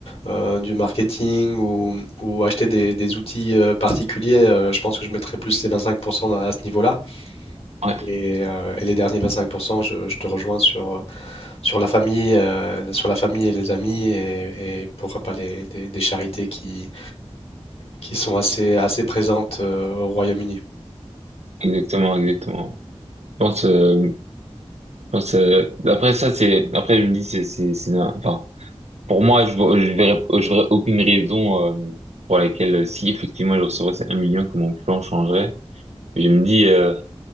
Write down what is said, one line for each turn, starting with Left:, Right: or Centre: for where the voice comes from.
Left: euh, du marketing ou, ou acheter des, des outils euh, particuliers, euh, je pense que je mettrais plus ces 25% à ce niveau-là.
Right: ouais,
Left: Et, euh, et les derniers 25%, je, je te rejoins sur, euh, sur la famille, euh, sur la famille et les amis et, et pourquoi pas les, des, des charités qui, qui sont assez, assez présentes euh, au Royaume-Uni.
Right: exactement, exactement. Je pense, euh, je pense, euh, après ça, c'est, après, je me dis, c'est, c'est, c'est, un- enfin, Pour moi, je vois- je verrais, je verrais aucune raison euh, pour laquelle, euh, si effectivement je recevrais ces 1 million, que mon plan changerait. Mais je me dis, euh,